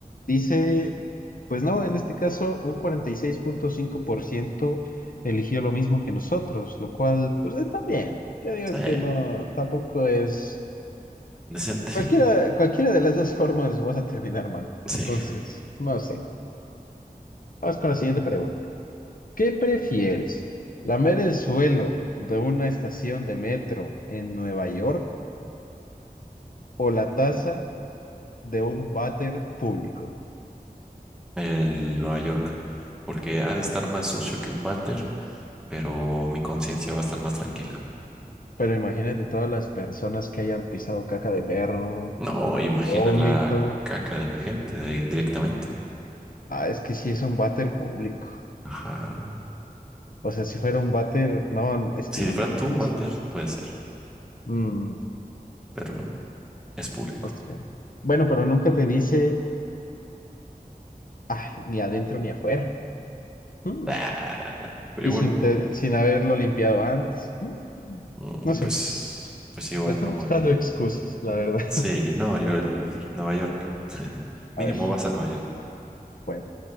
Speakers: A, on the left (about 65°); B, in the centre.
A: dice, pues no, en este caso un cuarenta y seis punto cinco por ciento eligió lo mismo que nosotros, lo cual, pues eh, está bien. Yo digo
B: Sí,
A: que no, tampoco es...
B: decente.
A: Cualquiera,
B: <laughs>
A: cualquiera de las dos <laughs> formas vas a terminar mal.
B: Sí,
A: Entonces, no sé. Vamos con la siguiente pregunta. ¿Qué prefieres? ¿Lamer el suelo de una estación de metro en Nueva York o la taza de un váter público?
B: el Nueva York. Porque ha de estar más sucio que un váter, pero mi conciencia va a estar más tranquila.
A: Pero imagínate todas las personas que hayan pisado caca de perro,
B: No, imagina
A: vómito.
B: la caca de la gente de- directamente.
A: Ah, es que sí es un váter público.
B: Ajá.
A: O sea, si fuera un váter, no, es que
B: Si
A: no.
B: fuera tu
A: no
B: váter,
A: sé.
B: puede ser,
A: Mm,
B: pero no, es público.
A: no sé. Bueno, pero nunca te dice, ay, ni adentro ni afuera.
B: <laughs>
A: Mm.
B: Ah, Pero
A: Y
B: igual,
A: sin, te- sin haberlo limpiado antes. Mm.
B: mm,
A: No sé.
B: pues, pues igual
A: Le estoy
B: no
A: buscando
B: el.
A: excusas, la verdad.
B: Sí, no, yo el Nueva York. <laughs> Mínimo
A: A ver,
B: vas a Nueva York.
A: bueno.